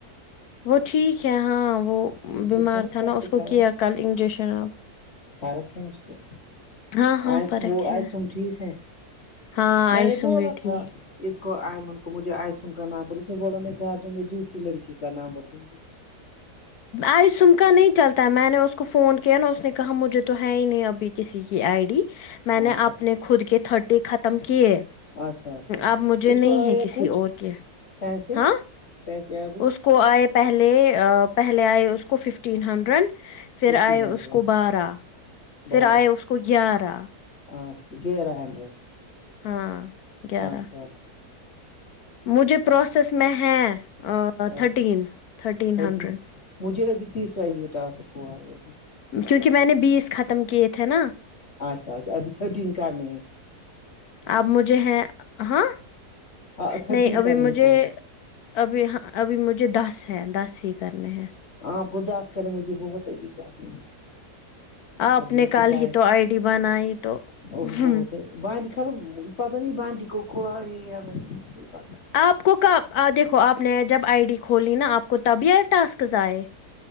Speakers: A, on the left (about 75°); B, on the left (about 45°).
A: وہ ٹھیک ہے ہاں وہ
B: اس
A: بیمار
B: کو
A: تھا
B: چسٹ
A: نا اس کو
B: کا
A: کیا کل انجیکشن اب
B: فرق ہے اس کو
A: ہاں ہاں
B: آ
A: فرق
B: وہ آئے
A: ہے
B: تم ٹھیک ہے
A: ہاں آئیسم
B: میں نے بولا
A: بیٹھی
B: تھا اس کو آئمن کو مجھے آئسن کا نام اس نے بولا میں گاجر میں دوسری لڑکی کا نام رکھدو
A: آئی سم ک نہیں چلتا میں نے اس کو فون کیا نا اس نے کہا مجھے تو ہے ہی نہیں ابھی کسی کی آئی ڈی میں نے
B: اچھا
A: اپنے خود کی تھرٹی ختم کیے
B: اچھا اچھا
A: اب مجھے
B: اس کو
A: نہیں
B: آیا
A: ہے کسی
B: کچھ
A: اور کے
B: پیسے
A: ہاں
B: پیسے آ گئے
A: اس کو آئے پہلےا پہلے آئے اس کو ففٹین ہنڈریڈ پھر
B: ففٹی
A: آئے
B: ہنڈریڈ
A: اس کو بارہ
B: بارہ
A: پھر آئے اس کو گیارہ
B: اچھا گیرہ ہینڈریڈ
A: ہاں گیارہ
B: اچھاچا
A: مجھے پروسیس میں ہے ا تھرٹین
B: اچھا
A: تھرٹین
B: تھرٹی
A: ہنڈریڈ
B: مجھے ابھی تیسرا ہی یہ ٹاسک ہوا ہے ابھی
A: کیونکہ میں نے بیس ختم کیے تھے نا
B: اچھا اچھ ابھی تھرٹین کرنے ہے
A: آب مجھے ہے ہاں
B: تھرٹین
A: نہیں
B: کرنے
A: ابھی مجھے
B: ہیں پورے
A: ابھی ہاں ابھی مجھے دس ہیں دس ہی کرنے ہیں
B: آپ کو دس کریں مجھے بہت ہے ابھی کرنے
A: آپ
B: ابھی
A: نے
B: مجھے
A: کل
B: ٹائم
A: ہی تو آئی ڈی بنائی تو
B: وہ
A: ہ
B: بھی بہت ہے بانڈی خبر پتہ نہیں بانڈی کو کھول یہ یا نہیں پتہ
A: آپ کو دیکھو آپ نے جب آئی ڈی کھولی نا آپ کو تبھی ٹاسکز آئے